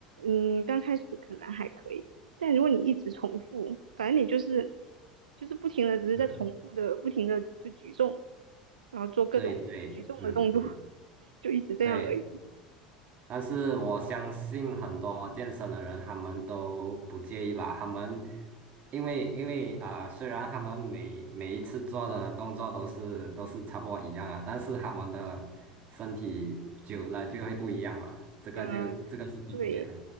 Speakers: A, on the right; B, on the right.
A: 嗯，刚开始可能还可以，但如果你一直重复，反正你就是就是不停的，只是在重复的，
B: 嗯。
A: 不停的就举重，然后做各种举重的动作，
B: 对对，嗯嗯，
A: <laughs> 就一直这样而已。
B: 对，但是我相信很多健身的人，他们都不介意吧？他们因为因为啊、呃虽然他们每每一次做的动作都是都是差不多一样啊，但是他们的身体久了就会不一样吧？这个就这个是重点的
A: 嗯，对，